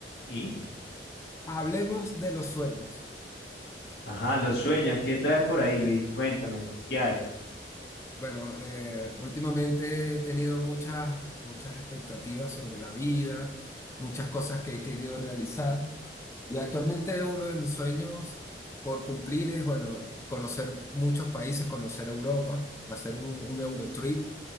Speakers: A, on the left (about 60°); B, on the left (about 15°).
A: Y,
B: Hablemos de los sueños.
A: ajá, los sueños. ¿Qué traes por ahí, Luis? Cuéntamelo. ¿Qué hay?
B: Bueno, eh, últimamente he tenido muchas, muchas expectativas sobre la vida, muchas cosas que he querido realizar y actualmente uno de mis sueños por cumplir es, bueno, conocer muchos países, conocer Europa, hacer un, un Eurotrip,